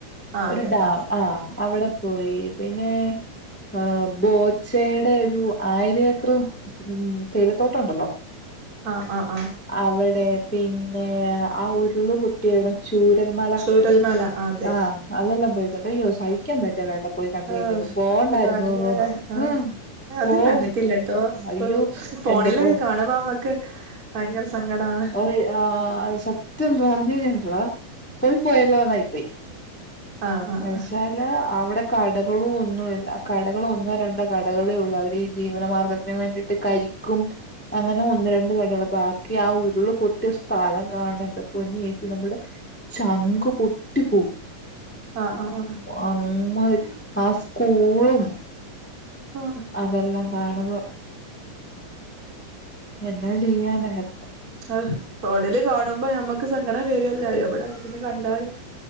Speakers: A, on the right; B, in the centre.
A: ആഹ്
B: ഒരു
A: അതെ
B: ഡാം
A: ആഹ്
B: ആ അവിടെ പോയി പിന്നെ ആ ബോച്ചയുടെ ഒരു ആയിരം ഏക്കർ ഉം തേയിലത്തോട്ടം ഉണ്ടല്ലോ
A: ആഹ് ആഹ് ആഹ്
B: അവിടെ പിന്നെ ആ ഉരുളി റ്റിയണ് ചൂരൽ മല
A: ചൂരൽമല ആഹ് അതെ
B: ആ അതെല്ലാം പോയിട്ടുണ്ട് അയ്യോ സ കിക്കാൻ പറ്റുല്ലട്ടോ എവിടെ പോയി കണ്ട് കഴിഞ്ഞപ്പോ
A: ആഹ്
B: പോണ്ടായിരുന്നു
A: അതാണ്ല്ലേ
B: തോന്നും
A: ആഹ്
B: പോവും
A: അത് കണ്ടിട്ടില്ലട്ടോ ഇപ്പൊ
B: അയ്യോ
A: ഫോണിലൊക്കെ
B: എന്റെ പോൻ
A: കാണുമ്പോ നമ്മക്ക് ഭയങ്കര സങ്കടാണ്
B: ഓഫ് <inaudible> ആ അത് സത്യം പറഞ്ഞു കഴഞ്ഞാലുണ്ടല്ലോ പോയി പോയല്ലോ എന്നായി പോയി
A: ആഹ് ആഹ്
B: പക്ഷെ അല്ല അവിടെ കടകളും ഒന്നുല്ല കടകള് ഒന്നോ രണ്ടോ കടകളേ ഉള്ളു അവര് ജീവനമാർഗത്തിന് വേണ്ടിട്ട് കരിക്കും അങ്ങനെ ഒന്ന് രണ്ട് കടികൾ ബാക്കി ആ ഒ പൊട്ടിയ സ്ഥലം കാണണ്ട് പൊന്നി ചേച്ചി നമ്മുടെ ചങ്ക് പൊട്ടിപ്പോം
A: ആഹ് ആഹ് ആഹ്
B: അമ്മാതിരി ആ സ്കൂളും
A: ആഹ്
B: അതെല്ലാം കാണുമ്പോ എന്നാ ചെയ്യാനാ എ
A: ആഹ് ഫോണില് കാണുമ്പോ ഞമ്മക്ക് സങ്കടം വരുല്ലൊ എവിടെയിരുന്നു കണ്ടാലും